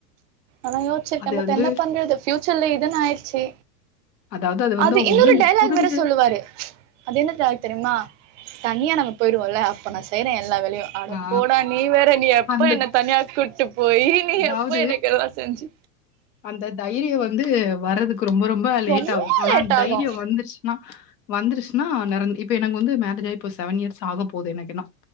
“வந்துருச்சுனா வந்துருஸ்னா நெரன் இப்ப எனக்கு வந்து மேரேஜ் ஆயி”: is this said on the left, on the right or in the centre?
Left